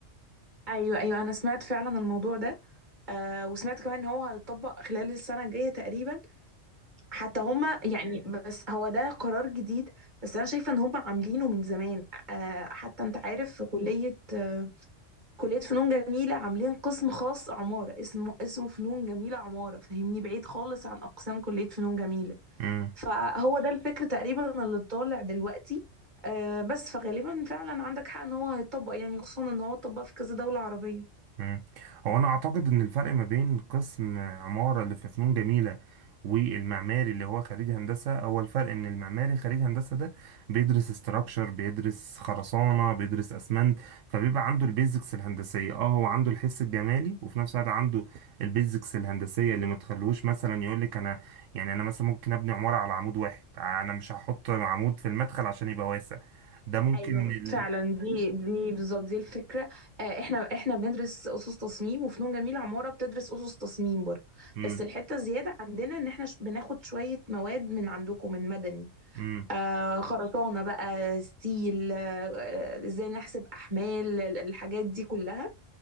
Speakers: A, on the right (about 35°); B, on the right (about 80°).
A: ايوه ايوه انا سمعت فعلا الموضوع ده آه وسمعت كمان ان هو هيطبق خلال السنه الجايه تقريبا حتى هما يعني بس هو ده قرار جديد بس انا شايفه ان هما عاملينه من زمان آه حتى انت عارف في كليه آه كليه فنون جميله عاملين قسم خاص عماره اسمه اسمه فنون جميله عماره فاهمني بعيد خالص عن اقسام كليه فنون جميله
B: امم
A: فهو ده الفكر تقريبا اللي طالع دلوقتي آه بس فغالبا فعلا عندك حق ان هو هيطبق يعني خصوصا ان هو اتطبق في كذا دوله عربيه
B: مم. هو انا اعتقد ان الفرق ما بين قسم عمارة اللي في فنون جميلة والمعماري اللي هو خريج هندسة هو الفرق ان المعماري خريج هندسة ده بيدرس استراكشر بيدرس خرسانة بيدرس اسمنت فبيبقى عنده البيزكس الهندسية اه هو عنده الحس الجمالي وفي نفس الوقت عنده البيزكس الهندسية اللي ما تخلوش مثلا يقول لك انا يعني انا مثلا ممكن ابني عمارة على عمود واحد انا مش هحط عمود في المدخل عشان يبقى واسع ده ممكن
A: ايوه
B: ال...
A: فعلا دي دي بالظبط دي الفكره آه، احنا احنا بندرس اسس تصميم وفنون جميله عماره بتدرس اسس تصميم برضه
B: مم.
A: بس الحته الزياده عندنا ان احنا ش- بناخد شويه مواد من عندكم من مدني
B: مم.
A: آه خرسانه بقى ستيل آه، آه، ازاي نحسب احمال ال- الحاجات دي كلها